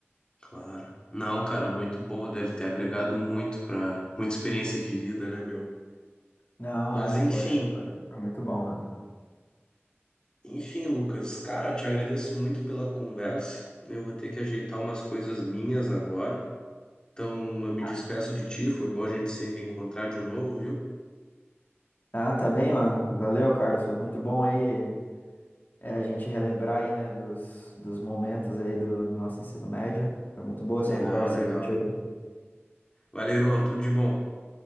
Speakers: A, on the left (about 20°); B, on the left (about 45°).
A: claro. Não, cara, muito bom. Deve ter agregado muito pra... Muita experiência de vida, né, meu?
B: Não,
A: Mas
B: é,
A: enfim...
B: foi, foi, foi muito bom, mano.
A: Enfim, Lucas, cara, te agradeço muito pela conversa. Eu vou ter que ajeitar umas coisas minhas agora. Então, eu me
B: Ah,
A: despeço de ti. Foi bom a gente se reencontrar de novo, viu?
B: Ah, tá bem, mano. Valeu, Carlos. Foi muito bom aí é, a gente relembrar aí, né, dos, dos momentos aí do, do nosso ensino médio. Foi muito boa
A: Legal,
B: essa conversa
A: legal.
B: aí contigo.
A: Valeu, irmão. Tudo de bom.